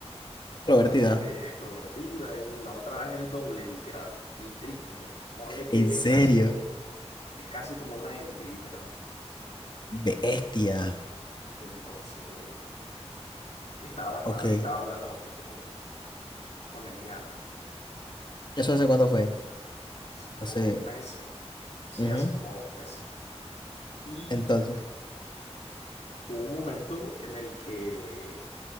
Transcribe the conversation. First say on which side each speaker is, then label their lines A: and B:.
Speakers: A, on the left; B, on the left.
A: Extrovertida.
B: bastante extrovertida y la otra es el doble, literal, el triple. Ponle que
A: ¿En serio?
B: es casi como Es casi como una m literal.
A: Bestia.
B: Entonces, estaba, bastante,
A: Ok.
B: estaba hablando bastante con, con Eliana,
A: ¿Eso hace cuándo fue?
B: hace como
A: Hace.
B: dos meses. Sí,
A: ujú.
B: hace como dos meses. Y
A: Entonces,
B: hubo un momento en el que,